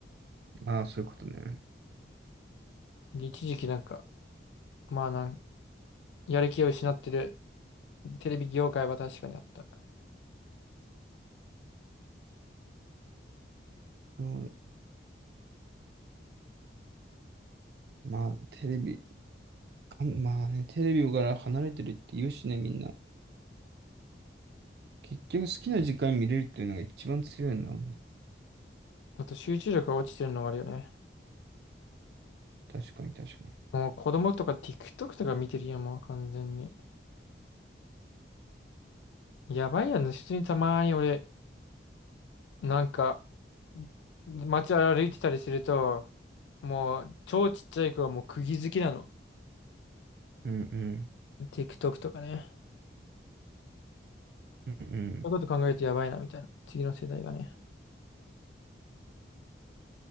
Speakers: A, on the right; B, on the left.
A: ああ、そういうことね。
B: で一時期なんか、まあなん、やる気を失ってるテレビ業界は確かにあった。
A: そうだまあ、テレビ、かんまあね、テレビから離れてるって言うしね、みんな。結局好きな時間見れるっていうのが一番強いんだもんな。
B: あと、集中力が落ちてるのはあるよね。
A: 確かに、確かに。
B: もう子供とか TikTok とか見てるやん、もう完全に。やばいやん、普通にたまに俺、なんか、街歩いてたりすると、もう超ちっちゃい子はもう釘付きなの。
A: うんうん。
B: TikTok とかね。
A: うん
B: そういうこと考えるとやばいなみたいな。次の世代がね。